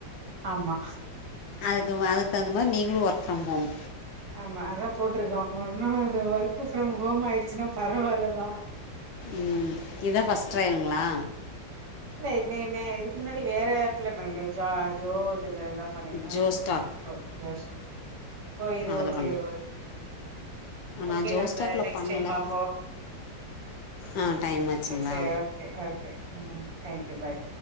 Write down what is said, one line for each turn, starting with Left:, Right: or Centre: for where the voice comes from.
Right: ஆமா
Left: அதுக்கு த தகுந்தா மாரி நீங்களு ஒர்க் ஃப்ரம் ஹோம்
Right: ஆமா அதா போட்ருக்கோ ஒன்னு இது ஒர்க் ஃப்ரம் ஹோம் ஆயிடுச்சுன்னா பரவால்லதா
Left: ம் இதா ஃபர்ஸ்ட் ட்ரையல்ங்களா
Right: இல்ல நேமே இதுக்கு முன்னாடி வேற அப்ல பண்ண ஜாப் ஜோ இதுலெல்ல பண்ணிருக்கே
Left: ஜோஸ்டாக்
Right: இப்ப கொஞ்சமே ஸ்டப் போ இது
Left: அதில்
Right: ஓகே
Left: பண்ணேன்
Right: ஓகேட்சி ஓகே
Left: நான் ஜோஸ்டாக்கில்
Right: நம்ம நெக்ஸ்ட்
Left: பண்ணலை
Right: டைம் பாப்போ
Left: ஆ டைம் ஆச்சுங்களா
Right: அ செரி ஓகே ஓகே ம் தேங்க் யூ பாய்